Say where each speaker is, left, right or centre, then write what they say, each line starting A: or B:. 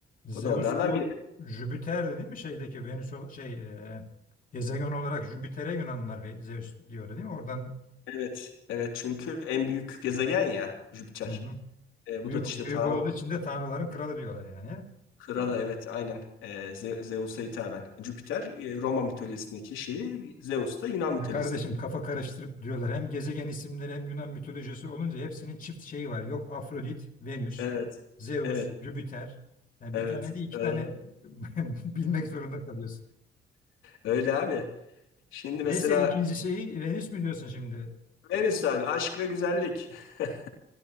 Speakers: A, on the left; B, on the left.
A: Zeus
B: Bu da onlardan
A: bu
B: biri.
A: Jüpiter'di değil mi? Şeydeki Venüs ol- şey e, gezegen olarak Jüpiter'e Yunanlılar ve Zeus diyordu değil mi? Oradan
B: Evet, evet çünkü en büyük gezegen ya Jüpiter.
A: Hı hı.
B: E,
A: büyük
B: bu da işte Tanrı
A: büyük olduğu için de tanrıların kralı diyorlar yani.
B: kralı evet aynen e, Ze- Zeus'a hitaben. Jüpiter e, Roma mitolojisindeki şeyi, Zeus da Yunan
A: Ya
B: mitolojisindeki.
A: kardeşim kafa karıştırıp diyorlar. Hem gezegen isimleri hem Yunan mitolojisi olunca hepsinin çift şeyi var. Yok Afrodit, Venüs,
B: Evet,
A: Zeus,
B: evet,
A: Jüpiter. Yani
B: evet.
A: bir tane değil iki
B: Doğru.
A: tane <laughs> bilmek zorunda kalıyorsun.
B: Öyle abi. Şimdi
A: Neyse
B: mesela
A: ikinci şeyi Venüs mü diyorsun şimdi?
B: Venüs abi aşk ve güzellik. <laughs>